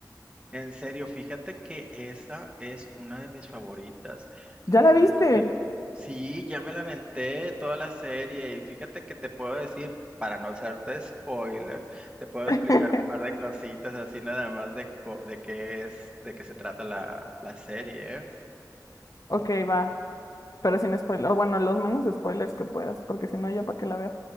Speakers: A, on the right (about 15°); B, on the left (about 50°).
A: en serio, fíjate que esa es una de mis favoritas.
B: ¿Ya
A: Mm,
B: la viste?
A: sí, sí, ya me la aventé toda la serie y fíjate que te puedo decir, para no hacerte spoiler, te puedo
B: <laughs>
A: explicar un par de cositas así nada más de, co- de qué es, de qué se trata la, la serie, ¿eh?
B: Ok, va, pero sin spoilers. Bueno, los menos spoilers que puedas, porque si no, ya para qué la veo.